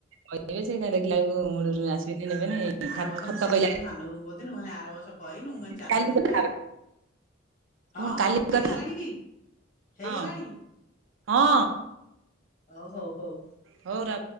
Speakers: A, on the right (about 80°); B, on the left (about 45°).
A: କହିିବେ ସେ ଏକା ଦେଖିଲା ବେଳକୁ ଆସିବେନି ନେବେନି।
B: ଆରବର୍ଷ
A: ଖତ
B: ମୁଁ ସେଇ
A: କହିଲା
B: କଥା ସାନ ବହୁଙ୍କୁ କହୁଥିଲି ମୁ କହିଲି ଆର ବର୍ଷ କହିନୁ ମୁଁ କହିଲି ଚାଲ
A: କାଲି
B: ଯିବା।
A: କଥା ହବା ଶୁଣୁ
B: ହଁ ହଁ
A: କାଲି
B: ହେଇଗଲାଣି
A: କଥା ହବା
B: କି? ହେଇଗଲାଣି?
A: ହଁ ହଁ
B: ହଉ ହଉ ହଉ
A: ହଉ ର